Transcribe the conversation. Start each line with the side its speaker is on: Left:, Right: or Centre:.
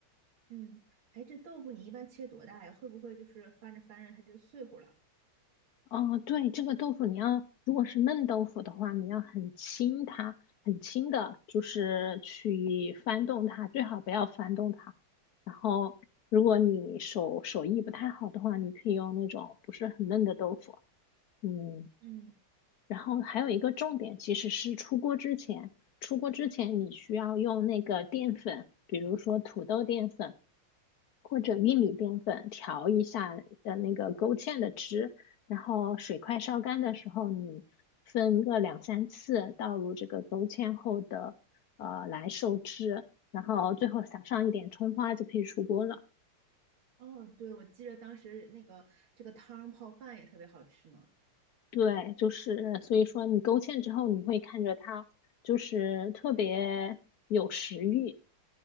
Right: 嗯，哎，这豆腐你一般切多大呀？会不会就是翻着翻着它就碎乎了？
Left: 哦，对，这个豆腐你要，如果是嫩豆腐的话，你要很轻它，很轻的，就是去翻动它，最好不要翻动它。然后，如果你手手艺不太好的话，
Right: <laughs>
Left: 你可以用那种不是很嫩的豆腐。嗯，
Right: 嗯，
Left: 然后还有一个重点其实是出锅之前，出锅之前你需要用那个淀粉，比如说土豆淀粉。或者玉米淀粉调一下呃那个勾芡的汁，然后水快烧干的时候，你分个两三次倒入这个勾芡后的呃来收汁，然后最后撒上一点葱花就可以出锅了。
Right: 哦，对，我记着当时那个这个汤泡饭也特别好吃呢。
Left: 对，就是所以说你勾芡之后，你会看着它就是特别有食欲。